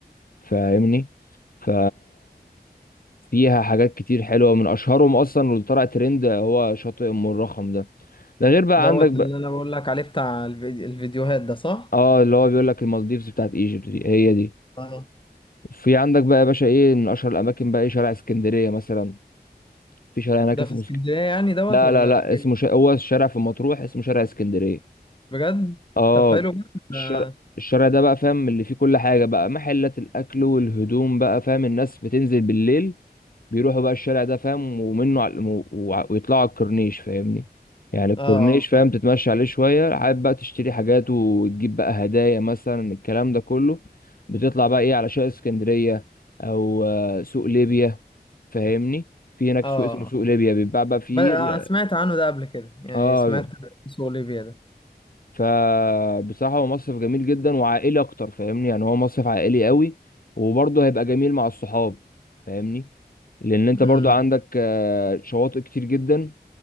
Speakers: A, on the left; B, on the left.
A: فاهمني ف فيها حاجات كتير حلوة من أشهرهم أصلا واللي طلع ترند هو شاطئ أم الرخم ده ده غير بقى
B: دوت
A: عندك بقى
B: اللي انا بقول لك عليه بتاع الفيديو الفيديوهات ده صح
A: اه اللي هو بيقول لك المالديفز بتاعت ايجيبت دي هي دي
B: اه
A: في عندك بقى يا باشا ايه من اشهر الاماكن بقى ايه شارع اسكندريه مثلا في شارع هناك
B: ده
A: اسمه
B: في اسكندرية
A: سك...
B: يعني دوت
A: لا
B: ولا
A: لا لا
B: فين
A: اسمه ش... هو الشارع في مطروح اسمه شارع اسكندريه
B: بجد
A: اه
B: طب حلو بقى ده-
A: الشارع الشارع ده بقى فاهم اللي فيه كل حاجه بقى محلات الاكل والهدوم بقى فاهم الناس بتنزل بالليل بيروحوا بقى الشارع ده فاهم ومنه على و- وع- ويطلعوا على الكورنيش فاهمني يعني الكورنيش
B: اه اه
A: فاهم
B: فاهم.
A: تتمشى عليه شوية حابب بقى تشتري حاجات وتجيب بقى هدايا مثلا الكلام ده كله بتطلع بقى ايه على شارع اسكندرية او آه، سوق ليبيا فاهمني في هناك
B: اه آه.
A: سوق اسمه سوق ليبيا بيتباع بقى فيه
B: بقى
A: ال-
B: سمعت عنه ده قبل كده يعني
A: اه
B: سمعت اسمه اوليفيا ده
A: فبصراحة هو مصيف جميل جدا وعائلي اكتر فاهمني يعني هو مصيف عائلي قوي وبرضه هيبقى جميل مع الصحاب فاهمني لان انت
B: امم
A: برضه عندك آه، شواطئ كتير جدا